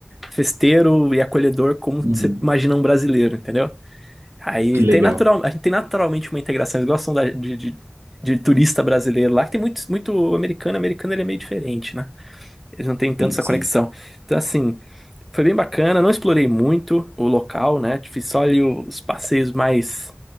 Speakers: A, in the centre; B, on the right.
A: festeiro e acolhedor, como
B: Uhum.
A: você imagina um brasileiro, entendeu? Aí
B: Que legal.
A: tem natural, a gente tem naturalmente uma integração, eles gostam da- de, de, de turista brasileiro lá, que tem muito, muito americano, americano ele é meio diferente, né? Eles não têm tanto
B: Sim,
A: essa
B: sim.
A: conexão. Então, assim. Foi bem bacana, não explorei muito o local, né? Fiz só ali os passeios mais,